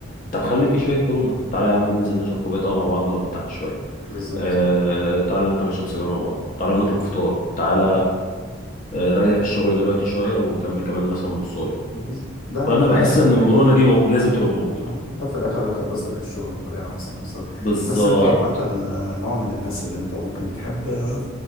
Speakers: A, on the left; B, on the left.
A: طب خلي فيه شويه مرونه تعالى يا عم ننزل نشرب كوبايه قهوه مع بعض نقعد تحت شويه
B: بالظبط
A: آه... تعالى نطلع نشرب سيجاره مع بعض تعالى نطلب فطار تعالى
B: امم
A: آه... ريح الشغل دلوقتي شويه ونكمل كمان مثلا نصايه
B: بس- ده
A: فانا
B: في
A: بحس
B: الاخر
A: <laughs> ان المرونه
B: هي
A: دي موج... لازم تبقى موجوده
B: آه، ده في الاخر هيخلص لك الشغل بطريقه احسن اصلا
A: بالظبط
B: بس انت عامه آه، نوع من الناس اللي انت ممكن تحب آه،